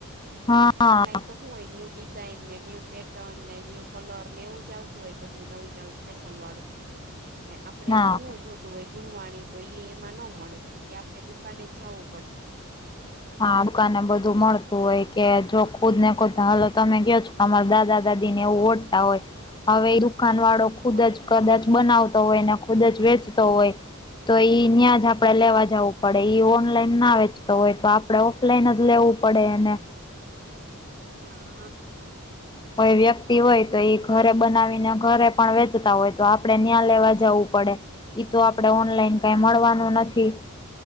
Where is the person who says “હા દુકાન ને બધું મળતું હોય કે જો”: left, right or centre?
Left